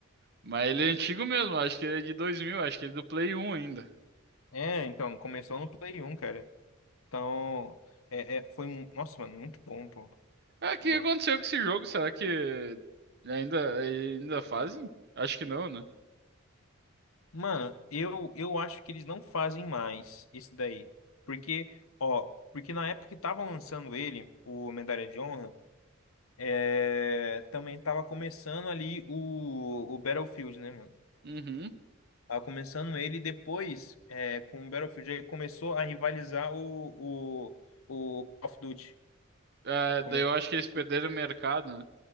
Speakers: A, on the right; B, on the left.
A: Mas ele é antigo mesmo, acho que ele é de dois mil acho que ele é do Play 1 ainda.
B: É, então, começou no Play 1, cara. Então, é, é, foi. mu- Nossa, mano, muito bom, pô.
A: Ah,
B: Muito
A: o que
B: bom.
A: aconteceu com esse jogo? Será que ainda, ainda fazem? Acho que não, né?
B: Mano, eu, eu acho que eles não fazem mais esse daí. Porque, ó, porque na época que tava lançando ele, o Medalha de Honra, é, também tava começando ali o, o Battlefield, né, mano?
A: Uhum.
B: Ah, começando ele, depois, é, com o Battlefield, ele começou a rivalizar o, o, o Call of Duty.
A: Ah,
B: Começou...
A: daí eu acho que eles perderam o mercado, né?